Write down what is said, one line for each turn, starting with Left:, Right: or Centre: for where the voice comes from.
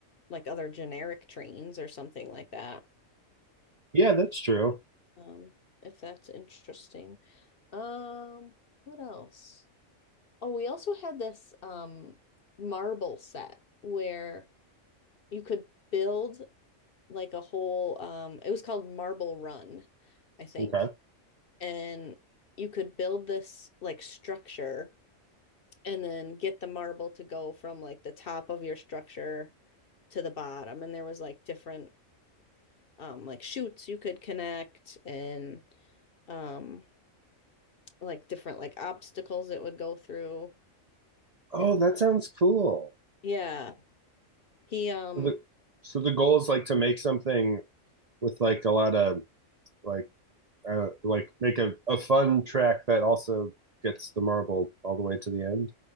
Left: like other generic trains or something like that.
Right: Yeah, that's true.
Left: Um if that's interesting. Um what else? Oh, we also had this um marble set where you could build like a whole um it was called Marble Run, I think.
Right: Okay.
Left: And you could build this like structure and then get the marble to go from like the top of your structure to the bottom. And there was like different um like chutes you could connect and um like different like obstacles it would go through.
Right: Oh,
Left: And
Right: that sounds cool.
Left: yeah, he um
Right: So the so the goal is like to make something with like a lot of like uh, like make a, a fun track that also gets the marble all the way to the end.